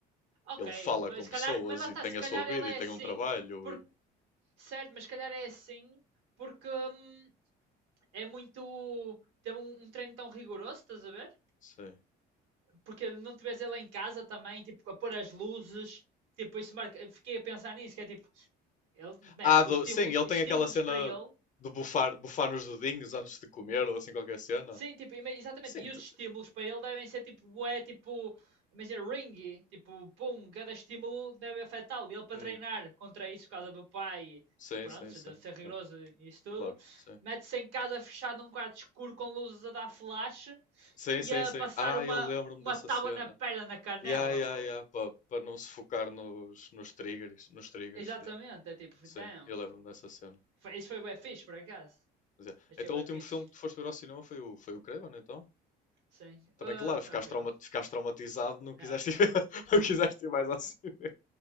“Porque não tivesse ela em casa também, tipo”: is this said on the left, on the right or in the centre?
Right